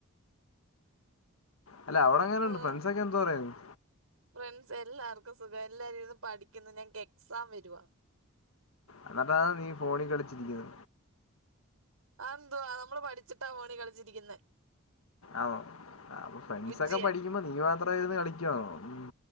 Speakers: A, on the left; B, on the right.
A: അല്ല അവിടെങ്ങനെയുണ്ട്
B: ആഹ്
A: ഫ്രണ്ട്സൊക്കെ എന്തുപറയുന്നു
B: ഫ്രണ്ട്സ് എല്ലാവർക്കും സുഖം എല്ലാരും ഇരുന്ന് പഠിക്കുന്നു ഞങ്ങക്ക് എക്സാം വരുവാ
A: എന്നിട്ടാണ് നീ ഫോണി കളിച്ചിരിക്കുന്നത്
B: ആ എന്തുവാ നമ്മള് പഠിച്ചിട്ടാ ഫോണി കളിച്ചിരിക്കുന്നെ
A: ആണോ അ ഫ്രണ്ട്സൊക്കെ
B: ബുജ്ജിയ
A: പഠിക്കുമ്പോ നീ മാത്രമിരുന്നു കളിക്കുവാണോ ഉം.